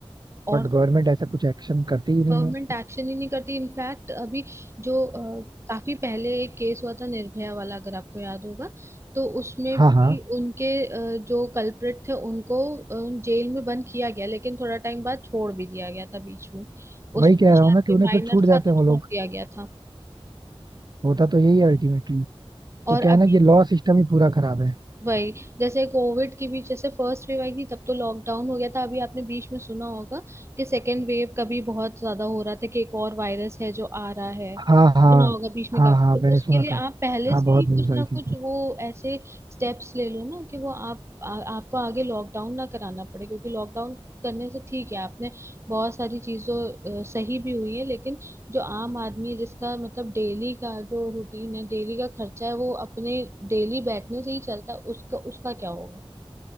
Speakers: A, on the right; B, on the right.
A: बट
B: और तो
A: गवर्नमेंट ऐसा कुछ एक्शन करती ही नहीं
B: गवर्नमेंट
A: है
B: एक्शन ही नहीं करती इनफैक्ट अभी जो अ, काफी पहले एक केस हुआ था निर्भया वाला अगर आपको याद होगा तो उसमें
A: हाँ
B: भी
A: हाँ
B: उनके अ, जो कल्प्रिट थे उनको अ, जेल में बंद किया गया लेकिन थोड़ा टाइम बाद छोड़ भी दिया गया था बीच में उस
A: वही कह रहा
B: शायद
A: हूँ ना कि
B: कोई
A: उन्हें
B: माइनर
A: फिर छूट जाते
B: था तो
A: हैं वो
B: छोड़
A: लोग
B: दिया गया था
A: होता तो यही है अल्टीमेटली
B: और
A: तो क्या
B: अभी
A: है ना ये लॉ सिस्टम ही पूरा खराब है
B: वही जैसे कोविड की भी जैसे फर्स्ट वेव आई थी तब तो लॉकडाउन हो गया था अभी आपने बीच में सुना होगा कि सेकेंड वेव का भी बहुत ज्यादा हो रहा था कि एक और वायरस है जो आ रहा है
A: हाँ हाँ
B: सुना होगा बीच में
A: हाँ
B: काफी
A: हाँ
B: तो
A: मैंने
B: उसके
A: सुना
B: लिए
A: था
B: आप पहले
A: हाँ
B: से
A: बहुत
B: ही
A: न्यूज
B: कुछ ना
A: आई थी
B: कुछ वो ऐसे स्टेप्स ले लो ना कि वो आप आ, आपको आगे लॉकडाउन ना कराना पड़े क्योंकि लॉकडाउन करने से ठीक है आपने बहुत सारी चीजों अ, सही भी हुई है लेकिन जो आम आदमी है, जिसका मतलब डेली का जो रूटीन है डेली का खर्चा है वो अपने डेली बैठने से ही चलता है उसका उसका क्या होगा